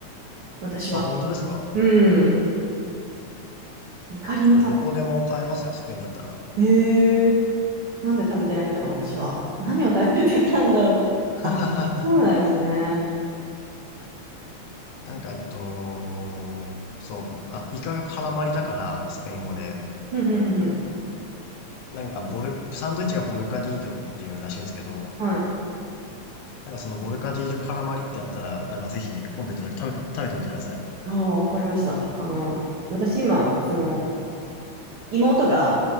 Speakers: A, on the right (about 80°); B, on the left (about 85°).
A: 私は。
B: あ、本当ですか
A: うん。イカリンさ
B: 結構どこでも買えますよ、スペインだったら。
A: ん。へーなんで食べてないんだろう、私は。何を食べてたんだろう。
B: <laughs>
A: あ、そうなんですね。
B: なんか、えっと、そう、あの、イカが絡まりだから、スペイン語で、
A: うん、うん、うん、ん。
B: なんかボル、サンドイッチがボルカディージョっていうらしいんですけど、
A: はい。
B: なんかそのボルカディージョ絡まりってやったら、なんかぜひ今度行った時食べ、食べてみてください。
A: ああ、わかりました。あの、私今、その、妹が、